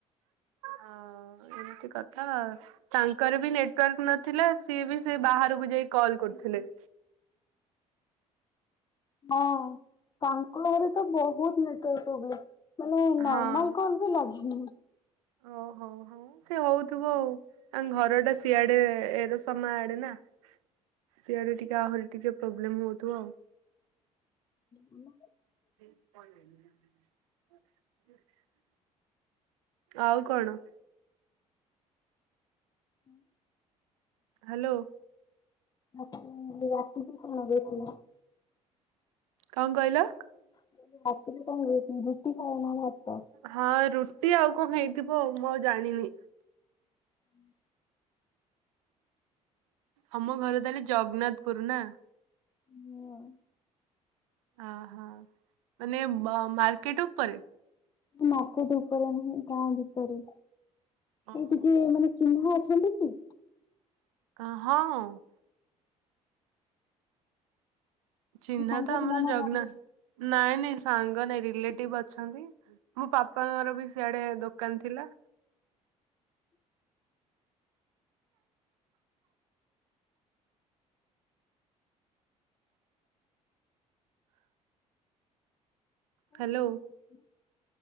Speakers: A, on the right; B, on the left.
A: ହଁ ଏମିତି କଥା ଆଉ ତାଙ୍କର ବି ନେଟୱାର୍କ ନ ଥିଲା ସିଏ ବି ସେ ବାହାରକୁ ଯାଇ କଲ୍ କରୁଥିଲେ
B: ହଁ ତାଙ୍କ ଘରେ ତ ବହୁତ ନେଟୱାର୍କ ପ୍ରବ୍ଲେମ ମାନେ ନର୍ମାଲ
A: ହଁ
B: କଲ ଲାଗୁନ
A: ଓହୋ ହୋ। ହଁ ସେଏ ହଉଥିବ ଆଉ ତାଙ୍କ ଘର ଟା ସିଆଡେ ଏର ସମ ଆଡେ ନା। ସିଆଡେ ଟିକେ ଆହୁରି ଟିକେ ପ୍ରୋବ୍ଲେମ ହଉଥିବ ଆଉ
B: ହୁଁ।
A: <unintelligible> <unintelligible> <unintelligible> ଆଉ କଣ?
B: ଉଁ?
A: ହାଲୋ।
B: ଆ ତୁ ରାତିକୁ କଣ ରୋଷେଇ?
A: କଁ କହିଲ?
B: କହିଲି ରାତିରେ କଁ ରୋଷେଇ ରୁଟି ଖାଇବ ନା ଭାତ?
A: ହଁ ରୁଟି ଆଉ କଁ ହେଇଥିବ ଆଉ ମୁଁ ଆଉ ଜାଣିନି।
B: ହୁଁ।
A: ହମ ଘର ତାହେଲେ ଜଗନ୍ନାଥପୁର, ନାଁ?
B: ହୁଁ।
A: ଅ ହଁ ମାନେ ମ ମାର୍କେଟ ଉପରେ?
B: ଉ ମାର୍କେଟ ଉପରେ ନୁହେଁ ଗାଁ ଭିତରେ
A: ଓହୋ।
B: ଏ ଟିକେ ମାନେ ଚିହ୍ନା ଅଛନ୍ତି କି?
A: କା ହଁ। ଚିହ୍ନା
B: ସାଙ୍ଗ
A: ତ ଆମର
B: ପିଲା ନା
A: ଜଗନା
B: ବନ୍ଧୁ?
A: ନାଇଁ ନାଇଁ ସାଙ୍ଗ ନାଇଁ ରିଲେଟିଭ୍ ଅଛନ୍ତି। ମୋ ପାପାଙ୍କର ବି ସିଆଡେ ଦୋକାନ ଥିଲା।
B: କୋଉଠି
A: ହ୍ୟାଲୋ
B: ଦୋକାନ ଥିଲା?